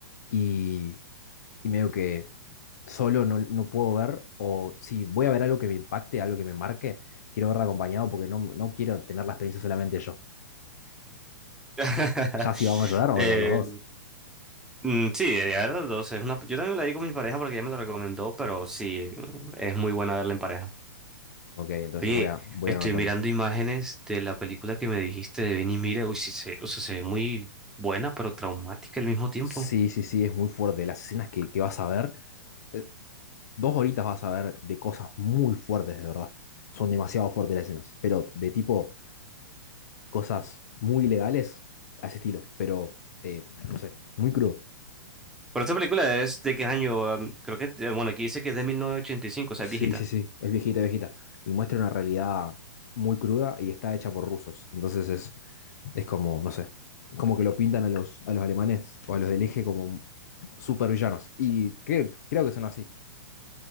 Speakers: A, on the left (about 55°); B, in the centre.
A: Y, y medio que solo no, no puedo ver, o si voy a ver algo que me impacte, algo que me marque, quiero verla acompañado porque no, no quiero tener la experiencia solamente yo.
B: <laughs>
A: Ya si vamos a llorar, vamos
B: Eh,
A: a llorar los dos.
B: mm, sí, de verdad, o sea, es una, yo también la vi con mi pareja porque ella me la recomendó, pero sí, es muy buena verla en pareja.
A: Ok, entonces
B: Oye,
A: voy a, voy
B: estoy
A: a ir anotando.
B: mirando imágenes de la película que me dijiste de Ven y mira. Uy, sí, se, o sea, se ve muy buena, pero traumática al mismo tiempo.
A: Sí, sí, sí, es muy fuerte. Las escenas que, que vas a ver, eh, dos horitas vas a ver de cosas muy fuertes, de verdad. Son demasiado fuertes las escenas, pero de tipo cosas muy ilegales a ese estilo, pero eh, no sé, muy crudo.
B: Pero esta película es de qué año, um, creo que, eh, bueno, aquí dice que es de 1985, o sea,
A: Sí,
B: es viejita.
A: sí, sí, es viejita, viejita. Y muestra una realidad muy cruda y está hecha por rusos. Entonces es, es como, no sé, como que lo pintan a los, a los alemanes o a los del eje como supervillanos. Y creo, creo que son así.